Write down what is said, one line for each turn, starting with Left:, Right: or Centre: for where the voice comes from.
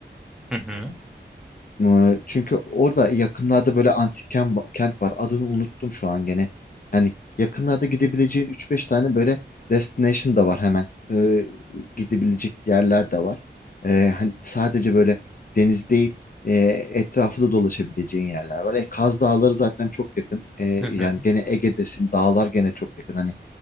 Centre: Hı hı.
Left: Ee, Çünkü orada yakınlarda böyle antik kem- kent var. Adını unuttum şu an gene. Yani yakınlarda gidebileceğin üç beş tane böyle destination da var hemen. Ee, gidebilecek yerler de var. Ee, hani sadece böyle deniz değil, e, etrafı da dolaşabileceğin yerler var. E, Kaz Dağları zaten çok yakın. E, yani
Centre: Hı hı.
Left: gene Ege'desin, dağlar gene çok yakın. Hani